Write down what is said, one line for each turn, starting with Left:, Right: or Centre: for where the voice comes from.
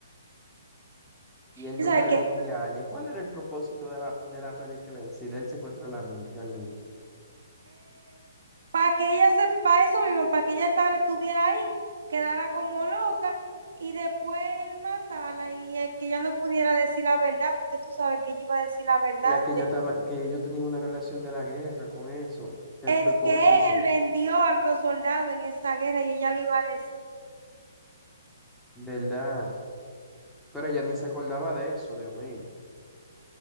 Centre: Y él
Right: Y
Centre: nunca
Right: sabes que
Centre: de, de añe. ¿Cuál era el propósito de la, de la película en sí? De él secuestra a la ni- al niño.
Right: para que ella sepa eso mismo, para que ella ta- estuviera ahí, quedara como loca y después él matarla y eh, que ella no pudiera decir la verdad, porque tú sabes que ella iba a decir la verdad.
Centre: La que
Right: de-
Centre: ya estaba, que ellos tenían una relación de la guerra con eso. Él
Right: es
Centre: fue cómplice,
Right: que él vendió a los soldados en esta guerra y ella lo iba a decir.
Centre: ¿verdad? Pero ella ni se acordaba de eso, Dios mío.